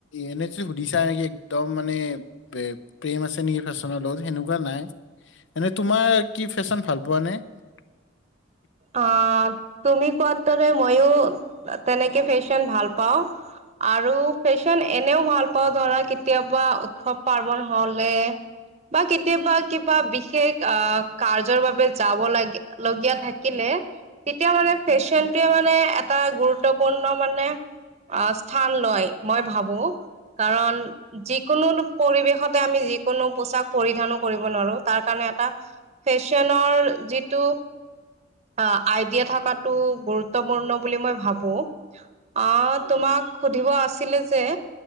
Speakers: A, on the left; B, on the right.
A: এনে যদি সুধিছা নেকি একদম মানে বে প্ৰেম আছে নেকি ফেশ্বনৰ লগত সেনেকুৱা নাই, এনে তোমাৰ কি ফেশ্বন ভাল পোৱা নে? <inaudible>
B: অ', তুমি কোৱা দৰে ময়ো তেনেকে ফেশ্বন ভাল পাও। আৰু ফেশ্বন এনেও ভাল পাওঁ ধৰা কেতিয়াবা উৎসৱ-পাৰ্বন হ'লে। বা কেতিয়াবা কিবা বিশেষ অ', কাৰ্যৰ বাবে যাব লাগে লগীয়া থাকিলে। তেতিয়া মানে ফেশ্বনটোৱে মানে এটা গুৰুত্বপূৰ্ণ মানে অ', স্থান লয়, মই ভাবো কাৰণ যিকোনো পৰিৱেশতে আমি যিকোনো পোচাক পৰিধানো কৰিব নোৱাৰো তাৰ কাৰণে এটা ফেশ্বনৰ যিটো অ', আইডিয়া থকাতটো গুৰুত্বপূৰ্ণ বুলি মই ভাবো। আহ, তোমাক সুধিব আছিলে যে